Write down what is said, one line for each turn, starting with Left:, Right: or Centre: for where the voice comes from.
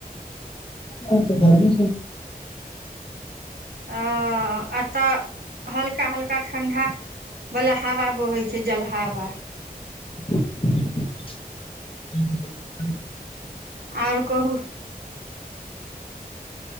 Left: घरमे
Right: ह ए तऽ हल्का हल्का ठण्डा वला हवा बोहै छै जल हवा
Left: <unintelligible> <unintelligible>
Right: आओर कहू